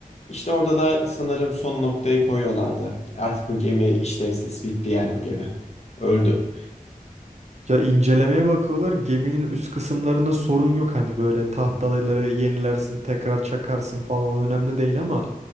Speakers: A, on the left (about 45°); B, on the right (about 45°).
A: İşte orada da sanırım son noktayı koyuyorlardı. Artık bu gemi işlevsiz bitti yani bu gemi. Öldü.
B: Ya incelemeye bakıyorlar. Geminin üst kısımlarında sorun yok. Hani böyle tahtaları yenilersin, tekrar çakarsın falan o önemli değil ama